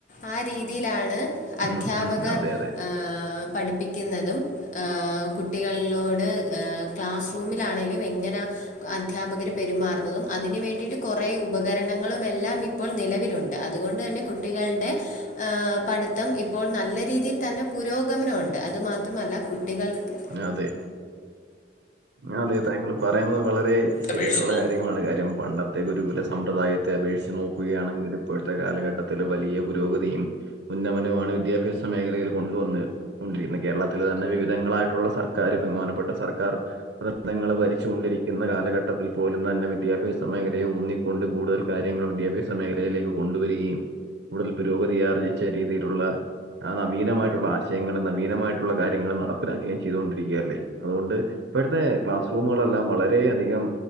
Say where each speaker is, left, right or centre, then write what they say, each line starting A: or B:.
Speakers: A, on the left; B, on the right.
A: ആഹ് രീതിലാണ് അധ്യാപകർ
B: ഉം ഉം. അതെ അതെ
A: ഏഹ് പഠിപ്പിക്കുന്നതും ഏഹ് കുട്ടികള്നോട് ഏഹ് ക്ലാസ്റൂമിലാണേലും എങ്ങനാ അദ്ധ്യാപകര് പെരുമാറുന്നതും അതിന് വേണ്ടീട്ട് കുറെ ഉപകരണങ്ങളുമെല്ലാം ഇപ്പോൾ നിലവിലുണ്ട് അതുകൊണ്ടന്നെ കുട്ടികൾടെ ആഹ് പഠുത്തം ഇപ്പോൾ നല്ല രീതീൽ തന്നെ പുരോഗമനമുണ്ട് അത് മാത്രമല്ല കുട്ടികൾക്ക്
B: അതെ ആഹ് അതെ താങ്കള് പറയുന്നത് വളരെ ശരിയായിട്ടുള്ള
A: അപേക്ഷിച്ച് നോ
B: കാര്യങ്ങളാണ് കാര്യം പണ്ട- ത്തെ ഗുരുകുല സമ്പ്രദായത്തെ അപേക്ഷിച്ച് നോക്കുകയാണെങ്കിൽ ഇപ്പോഴത്തെ കാലഘട്ടത്തില് വലിയ പുരോഗതിയും ഉന്നമനമാണ് വിദ്യാഭ്യാസ മേഖലയില് കൊണ്ടുവന്ന് കൊണ്ടിരിക്കുന്നത് കേരളത്തിലന്നെ വിവിധങ്ങളായി ട്ടുള്ള സർക്കാര് ബഹുമാനപ്പെട്ട സർക്കാർ പ്രത്നങ്ങൾ ഭരിച്ചുകൊണ്ടിരിക്കുന്ന കാലഘട്ടത്തിൽ പോലും തന്നെ വിദ്യാഭ്യാസ മേഖലയെ ഊന്നി- കൊണ്ട് കൂടുതൽ കാര്യങ്ങൾ വിദ്യാഭ്യാസ മേഖലയിലേക്ക് കൊണ്ടുവരികയും കൂടുതൽ പുരോഗതി ആർജിച്ച രീതീലുള്ള ആഹ് നവീനമായിട്ടുള്ള ആശയങ്ങളും നവീനമായിട്ടുള്ള കാര്യങ്ങളും നടപ്പിലാക്കുകയും ചെയ്തൊണ്ടിരിക്കയല്ലേ അതുകൊണ്ട് ഇപ്പഴത്തെ ക്ലാസ് റൂമുകളെല്ലാം വളരെയധികം